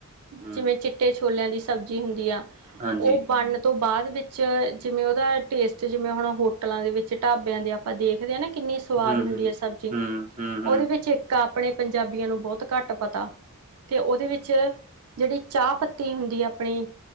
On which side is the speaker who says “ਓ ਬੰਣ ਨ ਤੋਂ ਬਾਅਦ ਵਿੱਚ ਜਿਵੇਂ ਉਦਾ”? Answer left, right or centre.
Right